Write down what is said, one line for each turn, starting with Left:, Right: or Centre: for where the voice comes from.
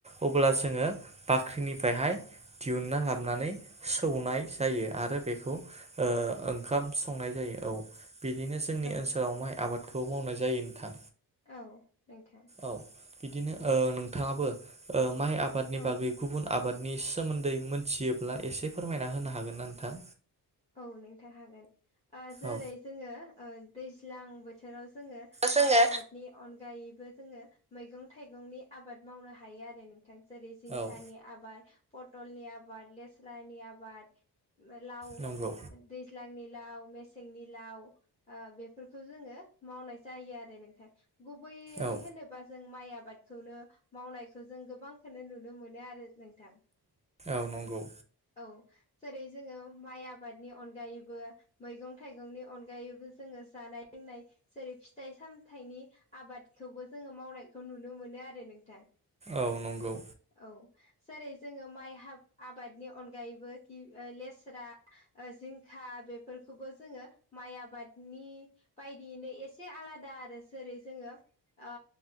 Right: अब्ला जोङो बाख्रिनिफ्रायहाय दिहुनना हाबनानै सौनाय जायो आरो बेखौ ओ ओंखाम संनाय जायो औ बिदिनो जोंनि
Left: औ
Right: ओनसो आबादखौ मावनाय जायो नोंथां
Left: औ नोंथां
Right: औ बिदिनो ओ नोंथाङाबो माइ ओ आबादनि बागै
Left: औ
Right: गुबुन आबाद नि सोमोन्दै मोनथियोब्ला एसे फोरमायना होनो हागोन ना नोंथां
Left: औ नोंथां हागोन ओ जेरै
Right: औ
Left: जोङो ओ दैज्लां बोथोराव जोङो
Right: जोङो
Left: माइ आबादनि अनगायैबो जोङो मैगं थाइगंनि आबाद मावनो हायो आरो नोंथां जेरै जिंखानि
Right: औ
Left: आबाद पटलनि आबाद लेस्रानि आबाद लाव
Right: नंगौ
Left: दैज्लांनि लाव मेसेंनि लाव ओ बेफोरखौ जोङो मावनाय जायो आरो। नोंथां गुबैयै
Right: औ
Left: होनोबा जों माइ आबाद खौनो मावनायखौ जों गोबांखोनो नुनो मोनो आरो नोंथां
Right: औ नंगौ
Left: औ जेरै जोङो माइ आ बादनि अनगायैबो मैगं थाइगंनि अनगायैबो जोङो जानाय लोंनाय जेरै फिथाइ सामथायनि आबादखौबो जोङो मावनायखौ नुनो मोनो आरो नोंथां
Right: औ नंगौ
Left: औ जेरै जोङो माइ हा आबादनि अनगायैबो कि ओ लेस्रा ओ जिंखा बेफोरखौबो जोङो माइ आबादनि बायदियैनो एसे आ आलादा आरो जोरै जोङो ओ